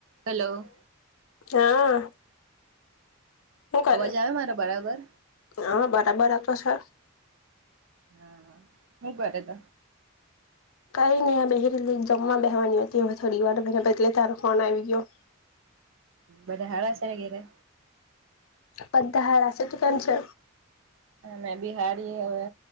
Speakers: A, on the right (about 65°); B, on the left (about 75°).
A: Hello.
B: હા. હું કરે
A: અવાજ આવે મારા બરાબર
B: હા બરાબરા તો છે.
A: હા હું કરે ત
B: કઈ ની આ બહે રેલી એક જમવા બેહેવાની હતી હવે થોડી વાર એટલે તારો ફોન આવી ગયો
A: બધા હારા છે ને ઘેરે?
B: બધા હારા છે તું કેમ છે?
A: અને બી હારી હવે